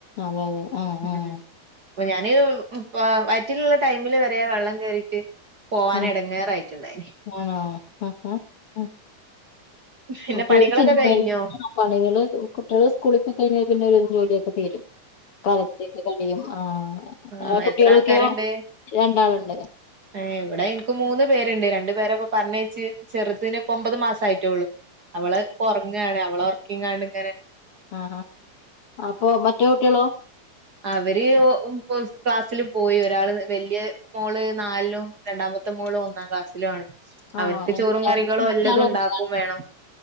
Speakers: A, on the left; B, on the right.
A: അതെ അതെ ആഹ്
B: മ്
A: ആഹ്
B: പ്പോ ഞാന് വയറ്റിലുള്ള ടൈമില് വരെ വള്ളംകേറീട്ട് പോവാൻ
A: ആഹ്
B: എടങ്ങേറായിട്ടുണ്ടായി
A: ആണോ ആ ഉം
B: പിന്നെ
A: മറ്റൊരു
B: പണികളൊക്കെ കഴിഞ്ഞോ
A: പണികള് കുട്ടിള് സ്കൂളിപോയി കയിഞ്ഞാപിന്നെ ജോലിയൊക്കെ തീരും കാലത്തേക്ക് കളിയും ആഹ്
B: ആ
A: കുട്ടികളൊക്കെയോ
B: എത്രാൾക്കാരണ്ട്
A: രണ്ടാളുണ്ട്
B: ഏ ഇവിടെ ഇൻക് മൂന്ന് പേര് രണ്ട് രണ്ടു പേരപ്പ പറഞ്ഞേച്ച് ചെറു ഇതിന് ഇപ്പം ഒമ്പത് മാസം ആയിട്ടൊള്ളൂ അവള് ഇപ്പം ഒറങ്ങാണ് അവള്റെ ക്കിങ്ങാണ്ട്ങ്ങനെ
A: ആഹ് ആഹ് അപ്പൊ മറ്റോ കുട്ട്യേളോ
B: അവര് ഒ ക്ലാസ്സിലും പോയി ഒരാള് വല്ല്യാ മോള് നാല്ലും രണ്ടാമത്തെ മോള് ഒന്നാം ക്ലാസ്സിലും ആണ് അവർക്ക്
A: ആണോ <unintelligible>
B: ചോറും കറികളും എല്ലതും ഉണ്ടാക്കും വേണം